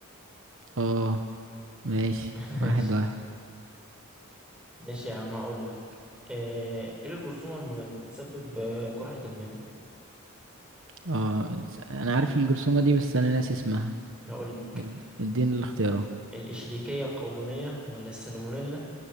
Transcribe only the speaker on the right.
اه ماشي
واحد واحد
اه س- انا عارف الجرثومة دي بس انا ناسي اسمها
اد- اديني الاختيارات